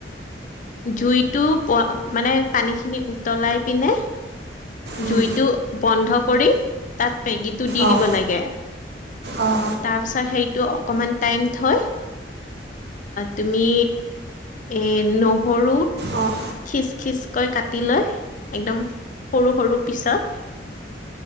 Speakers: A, on the left (about 45°); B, on the right (about 65°).
A: জুইটো মানে পানীখিনি উতলাই পিনে
B: উম,
A: জুইটো। বন্ধ কৰি তাত মেগীটো দি
B: অঁ
A: দিব লাগে
B: অঁ
A: তাৰপিছত সেইটো অকণমান টাইম থয় তুমি এই ন সৰু
B: অঁ অঁ
A: খিচ-খিচকৈ কাটি লয় একদম সৰু সৰু পিছত